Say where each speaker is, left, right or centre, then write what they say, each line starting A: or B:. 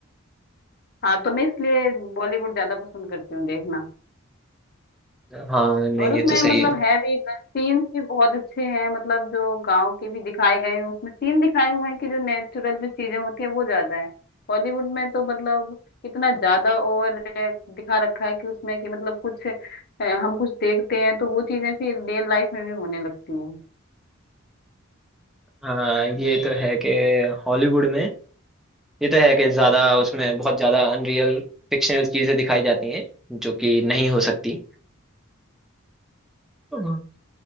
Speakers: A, on the left (about 45°); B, in the centre.
A: हाँ तो मैं इसलिए बॉलीवुड ज्यादा पसंद करती हूँ देखना
B: हाँ नहीं
A: और उसमें
B: ये तो सही
A: मतलब
B: है
A: है भी सीन्स भी बहुत अच्छे हैं मतलब जो गांव के भी दिखाए गए हैं उसमें सीन दिखाए हुए हैं कि जो नेचुरल जो चीजें होती है वो ज्यादा है हॉलीवुड में तो मतलब इतना ज्यादा ओवर दिखा रखा है कि उसमें कि मतलब कुछ अ, हम कुछ देखते हैं तो वो चीजें फिर रियल लाइफ में भी होने लगती हैं
B: हाँ ये तो है कि हॉलीवुड में ये तो है कि ज्यादा उसमें बहुत ज्यादा अनरियल फिक्शनल चीजें दिखाई जाती हैं जो कि नहीं हो सकती हम्म।